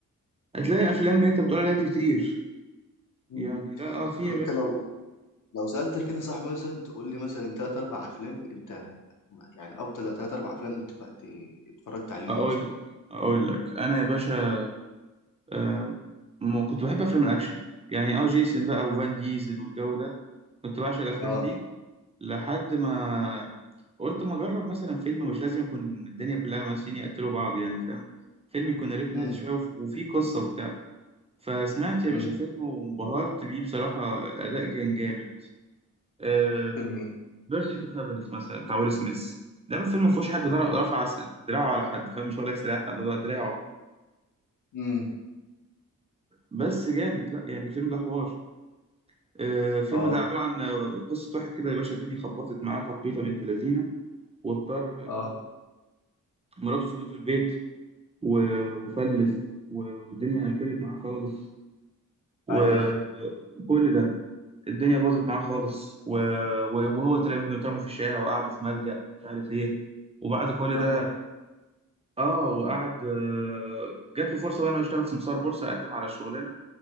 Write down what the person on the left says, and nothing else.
مم.
طب
انت
لو لو سالتك كده صاحبي مثلا تقول لي مثلا ثلاث اربع افلام انت يعني افضل ثلاث اربع افلام انت ف- ت- اتفرجت عليهم
مثلا
اه
امم
امم
فيلم ايه
بتاع
امم
اه
اه
مم.
ايوه
يلا